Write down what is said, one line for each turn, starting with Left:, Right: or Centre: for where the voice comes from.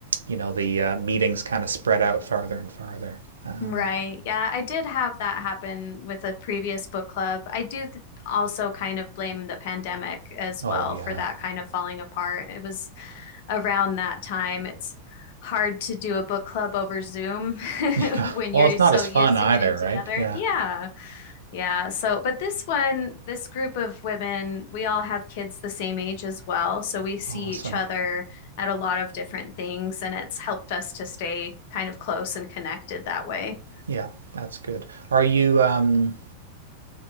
Right: you know the uh, meetings kind of spread out farther and farther. Um,
Left: Right. Yeah, I did have that happen with a previous book club. I do th also kind of blame the pandemic as
Right: oh
Left: well
Right: yeah,
Left: for that kind of falling apart. It was around that time. It's hard to do a book club over Zoom
Right: <laughs>
Left: <laughs>
Right: yeah.
Left: when
Right: Well,
Left: you're
Right: it's
Left: so
Right: not as
Left: used
Right: fun either,
Left: to getting together.
Right: right? Yeah.
Left: Yeah. Yeah, so but this one, this group of women, we all have kids the same age as well, so we see
Right: Awesome.
Left: each other at a lot of different things, and it's helped us to stay kind of close and connected that way.
Right: Yeah, that's good. Are you um,